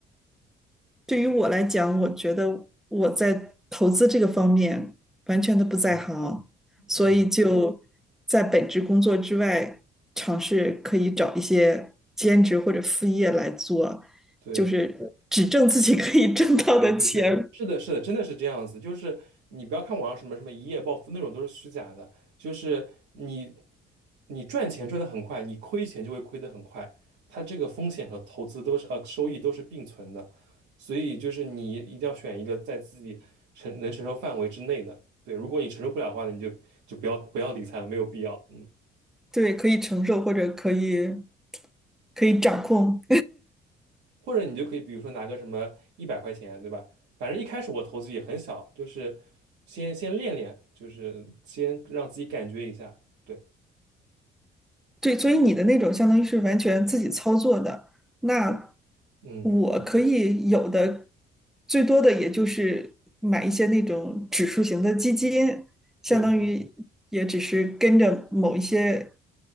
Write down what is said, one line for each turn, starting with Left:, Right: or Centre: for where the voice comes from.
Centre: 对于我来讲，我觉得我在投资这个方面完全的不在行，
Right: 嗯
Centre: 所以就在本职工作之外，
Right: 嗯，
Centre: 尝试可以找一些兼职或者副业来做，
Right: 对。
Centre: 就是只挣自己可以挣到的钱，
Right: 对对对，是的，是的，真的是这样子。就是你不要看网上什么什么一夜暴富那种都是虚假的，就是你你赚钱赚得很快，你亏钱就会亏得很快。它这个风险和投资都是呃收益都是并存的，所以就是你一定要选一个在自己承能承受范围之内的。对，如果你承受不了的话，你就就不要不要理财了，没有必要。嗯。
Centre: 对，可以承受或者可以可以掌控。
Right: 或者你就可以比如说拿个什么一百块钱，对吧？反正一开始我投资也很小，就是先先练练，就是先让自己感觉一下。对，
Centre: 对，所以你的那种相当于是完全自己操作的，那
Right: 嗯，
Centre: 我可以有的最多的也就是买一些那种指数型的基金，相当于也只是跟着某一些
Right: 对对